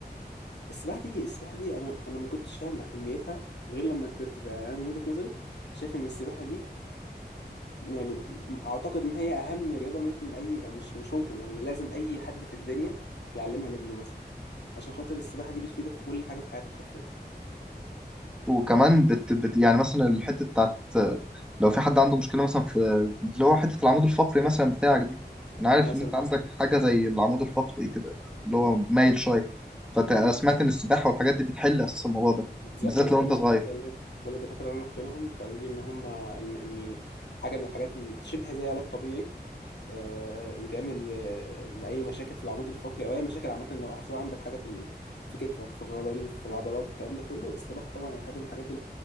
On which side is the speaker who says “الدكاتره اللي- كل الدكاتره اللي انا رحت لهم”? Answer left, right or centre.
Left